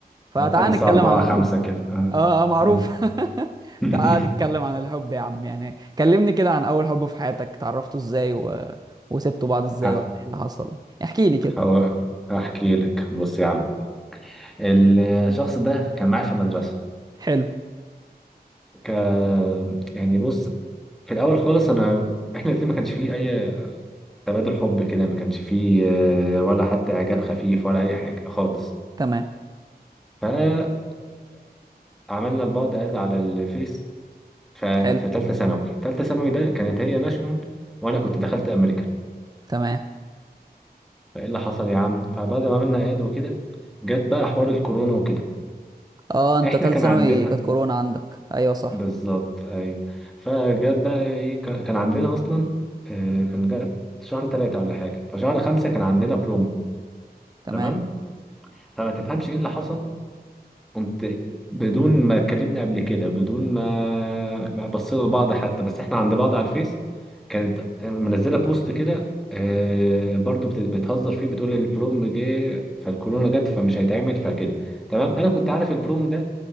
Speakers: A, on the right (about 25°); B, in the centre.
A: فتعال
B: لحد الساعة
A: نتكلم
B: 4
A: عن الحب
B: 5 كده آه.
A: اه اه معروف
B: مم.
A: <laughs>
B: <laughs>
A: تعال نتكلم عن الحب يا عم يعني كلمني كده عن اول حب في حياتك اتعرفتوا ازاي و... وسبتوا بعض ازاي
B: هف-
A: ولا ايه اللي حصل احكي لي كده
B: هو- هحكي لك بص يا عم الشخص ده كان معايا في المدرسة
A: حلو
B: ك... يعني بص في الأول خالص أنا إحنا الاتنين ما كانش فيه أي تبادل حب كده ما كانش فيه آه، ولا حتى إعجاب خفيف ولا أي حاجة خالص
A: تمام
B: ففجأة عملنا لبعض اد على الفيس ففي
A: حلو
B: تالتة ثانوي تالتة ثانوي ده كانت هي ناشونال وأنا كنت دخلت أمريكان
A: تمام
B: فإيه اللي حصل يا عم فبعد ما عملنا إعداد وكده جت بقى حوار الكورونا وكده
A: اه انت
B: إحنا
A: تالت
B: كان
A: ثانوي
B: عندنا
A: كانت كورونا عندك ايوه صح
B: بالظبط أيوة فجت بقى إيه كان كان عندنا أصلا آه، كان جت شهر تلاتة ولا حاجة فشهر خمسة كان عندنا بروم
A: تمام
B: تمام فما تفهمش إيه اللي حصل قمت بدون ما كلمني قبل كده بدون ما ما بصينا لبعض حتى بس احنا عند بعض على الفيس كانت منزله بوست كده آه، برضو بت- بتهزر فيه بتقول البروم جه فالكورونا جت فمش هيتعمل فكده تمام انا كنت عارف البروم ده